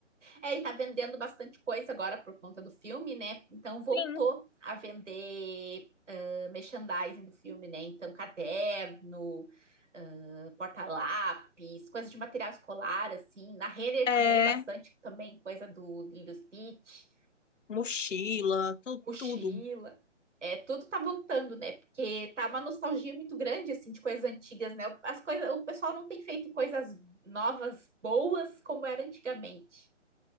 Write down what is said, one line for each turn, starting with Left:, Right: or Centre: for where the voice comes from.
Right: É, ele tá vendendo bastante coisa agora por conta do filme, né? Então voltou
Left: Sim.
Right: a vender ah, merchandising do filme, né? Então caderno, ah, porta-lápis, coisa de material escolar, assim. Na Renner
Left: É,
Right: tu vê bastante também coisa do Lilo Stitch.
Left: mochila, tu-
Right: mochila.
Left: tudo.
Right: É, tudo tá voltando, né? Porque tá uma nostalgia muito grande, assim, de coisas antigas, né? As coisas, o pessoal não tem feito coisas novas, boas, como era antigamente,